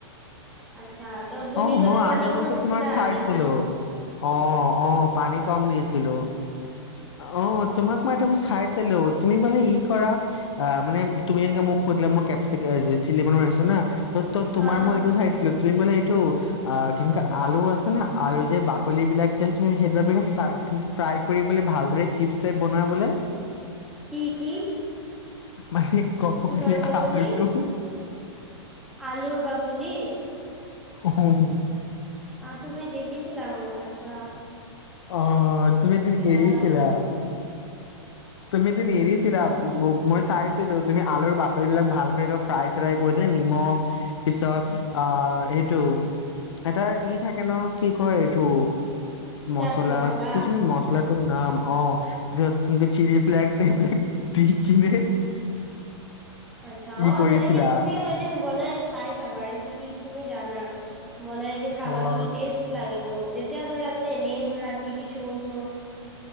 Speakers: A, in the centre; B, on the left (about 65°).
A: আচ্ছা, ত' তুমি
B: অ
A: মানে
B: মই
A: পানী
B: আৰু এটা
A: কম
B: বস্তু
A: দিছিলা
B: তোমাক চাইছিলো
A: নেকি?
B: অ আহ পানী কম দিছিলো। অ তোমাক মই এটা বস্তু চাইছো হেলৌ তুমি বোলে ই কৰা অ মানে তুমি এনেকে মোক সুধিলা মই কেপ কেছ চিলি বনোছো না ত তোমাৰ
A: হা
B: মই এইটো চাইছিলো তুমি বুলে টো অ কিন্তু আলু আছে ন আলুৰ যে বাকলি বিলাক যে তুমি সেইবিলাক মানে ফ্ৰাই কৰি বোলে ভাল দৰে চিপছ ষ্টাইপ বনোৱা বোলে
A: কি কি
B: মানে ক'ব
A: কিহৰ
B: গ'লে
A: বাকলি
B: আলুটো
A: আলুৰ বাকলি
B: হম হ
A: আহ তুমি দেখিছিলা মোক আছা
B: অ তুমি এদিন এৰিছিলা
A: আহ
B: তুমি এদিন এৰিছিলা মই চাইছিলো তুমি আলুৰ বাকলি বিলাক ভালকৈ ফ্ৰাই চ্ৰাই কৰি কিনে নিমখ পিছত আহ এইটো এটা ই থাকে ন কি কয় এইটো মছলা
A: চাট মচালা।
B: কিজানি মছলা তোৰ নাম অ তুমি চিলি প্লেক এইবিলাক দি কিনে
A: আচছা
B: ই
A: অ
B: কৰিছিলা
A: তেনেকে তুমিও এদিন বনাই খাই চাবা ৰেচিপি তুমি জানা বনাই এদিন খাবাচোন
B: অ'
A: টেষ্ট লাগে অ যে এতিয়া ধৰা মে এনেই ধৰা টিভি চ চ